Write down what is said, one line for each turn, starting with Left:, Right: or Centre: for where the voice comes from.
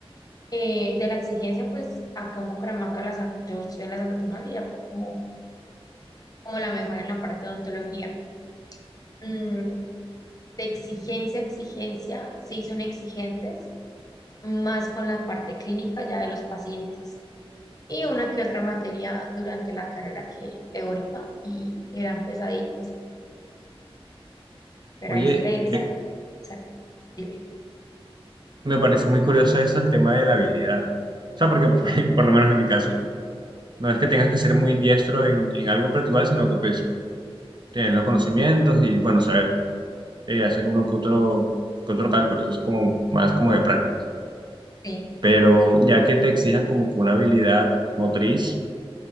Left: Eh, de la exigencia, pues acá en Bucaramanga, la San- yo estoy en la Santo Tomás y ya fue como, como la mejor en la parte de odontología. Mm, de exigencia, exigencia, sí son exigentes, más con la parte clínica ya de los pacientes. y una que otra materia durante la carrera que teórica y eran pesaditas, pero
Right: Oye,
Left: ahí se le
Right: eh,
Left: salió. Exacto. Dime.
Right: Me parece muy curioso eso, el tema de la habilidad. O sea, porque <laughs> por lo menos en mi caso, no es que tengas que ser muy diestro en, en algo en particular, sino que pues tener los conocimientos y bueno, saber eh, hacer uno que otro, que otro cálculo. Eso es como más como de práctica.
Left: Sí.
Right: Pero ya que te exijan como que una habilidad motriz,